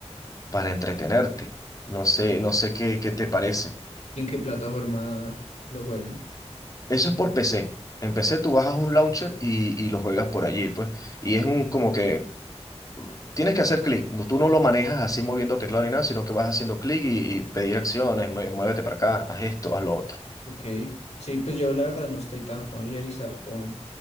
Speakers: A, on the left; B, on the left.
A: para entretenerte. No sé, no sé qué, qué te parece.
B: ¿Y en qué plataforma lo juegan?
A: Eso es por PC. En PC tú bajas un launcher y, y lo juegas por allí, pues. Y es un como que Tienes que hacer clic, no, tú no lo manejas así moviendo teclado ni nada, sino que vas haciendo clic y, y pedir acciones, mue- muévete para acá, haz esto, haz lo otro.
B: Ok. Sí, pues yo la verdad no estoy tan familiarizado con